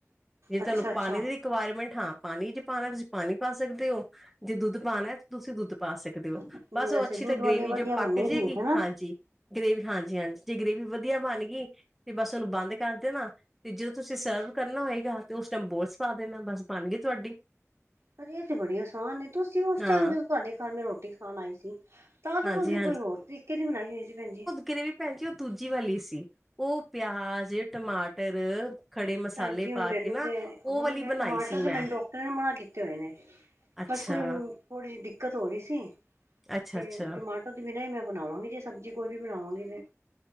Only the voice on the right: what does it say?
ਅੱਛਾ ਅੱਛਾ
ਨਹੀਂ
ਵੈਸੇ
ਦੁੱਧ
ਵਾਲੀ
ਵਧੀਆ
ਬੰਨੇਗੀ
ਹਨਾ
ਪਰ ਇਹ ਤੇ ਬੜੀ ਆਸਾਨ ਨੇ। ਤੁਸੀਂ ਉਸ
ਟਾਈਮ ਜਦੋਂ ਤੁਹਾਡੇ ਘਰ ਮੈਂ ਰੋਟੀ ਖਾਨ ਆਈ ਸੀ ਤਾਂ ਤਾਂ
ਤੁਸੀਂ ਕੋਈ ਹੋਰ ਤਰੀਕੇ ਦੀ ਬਣਾਈ ਹੋਈ ਸੀ ਭੈਨ ਜੀ।
ਭੈਨਜੀ, ਹੁਣ
ਮੈਨੂੰ
ਤੇ!
ਟਮਾਟਰ
ਤੇ ਮੈਨੂੰ ਡਾਕਟਰ ਨੇ ਮਨਾ ਕੀਤੇ ਹੋਏ ਨੇ।
ਬਸ ਕੋਈ ਥੋੜ੍ਹੀ ਜਿਹੀ ਦਿੱਕਤ ਹੋ ਰੀ ਸੀ।
ਤੇ
ਟਮਾਟਰ ਤੋਂ ਬਿਨਾਂ ਹੀ ਮੈਂ ਬਨਾਵਾਂਗੀ। ਜੇ ਸਬਜ਼ੀ ਕੋਈ ਵੀ ਬਨਾਵਾਂਗੀ ਤੇ।